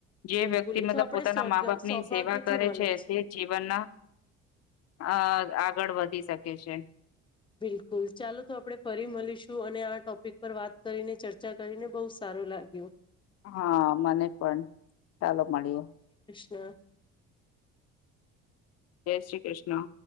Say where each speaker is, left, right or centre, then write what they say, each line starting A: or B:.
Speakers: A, on the left (about 55°); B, on the left (about 15°).
A: જે
B: બિલકુલ
A: વ્યક્તિ મતલબ
B: એ તો આપણે
A: પોતાના
B: સૌ
A: મા બાપ
B: સૌભાગ્યથી
A: ની સેવા કરે
B: મળે
A: છે તે જીવનના અ આગળ વધી શકે છે.
B: બિલકુલ ચાલો તો આપણે ફરી મળીશું અને આ ટોપિક પર વાત કરીને ચર્ચા કરીને બઉ સા સારું લાગ્યું.
A: હા મને પણ ચાલો મળીએ.
B: હા.
A: જય શ્રી કૃષ્ણ.